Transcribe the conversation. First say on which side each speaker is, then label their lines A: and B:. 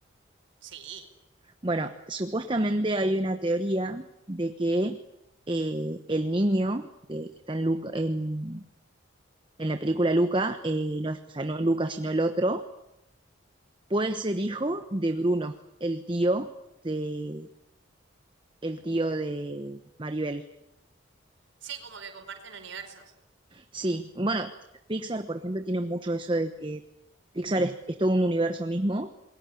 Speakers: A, on the right; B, on the right.
A: Sí,
B: Bueno, supuestamente hay una teoría de que eh, el niño de- que está en, Luca- en, en la película Luca, eh, no, es- o sea, no Luca, sino el otro, puede ser hijo de Bruno, el tío de, el tío de Maribel.
A: sí, como que comparten universos.
B: Sí, bueno, Pixar, por ejemplo, tiene mucho eso de que Pixar es, es todo un universo mismo